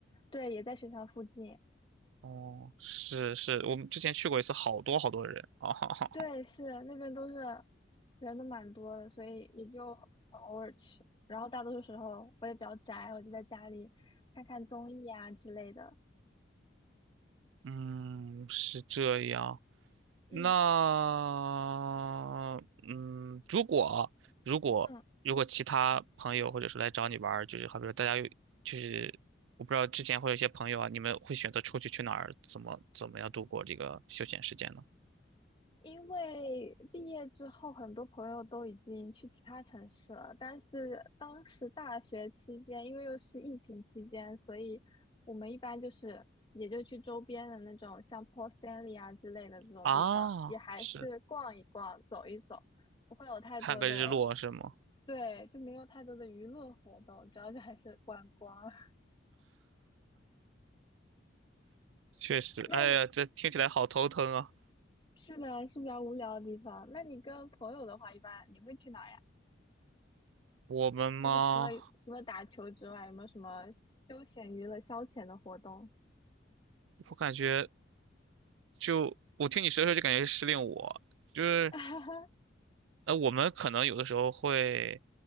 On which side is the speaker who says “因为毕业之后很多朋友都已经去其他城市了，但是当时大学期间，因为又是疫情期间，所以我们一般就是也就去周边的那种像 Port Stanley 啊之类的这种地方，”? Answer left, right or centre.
Left